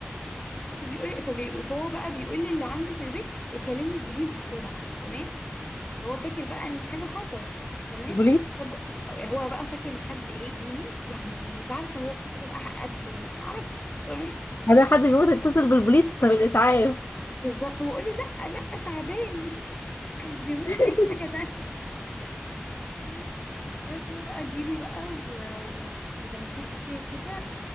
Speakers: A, on the left (about 25°); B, on the left (about 65°).
A: فبيقول فبيقول فهو بقى بيقول للي عنده في البيت يكلموا البوليس بسرعه تمام هو فاكر بقى ان حاجه خطر تمام
B: البوليس
A: طب هو بقى فاكر ان حد ايه بيموت يعني مش عارفه هو فاكر بقى قتل ولا ما اعرفش تمام
B: هذا حد بيموت اتصل بالبوليس طب الاسعاف
A: بالظبط فبقول له لا لا تعبان مش <laughs> مش بيموت
B: <laughs>
A: دي حاجه تانية تمام بس هو بقى جري بقى و... و... ولما شاف اخويا كده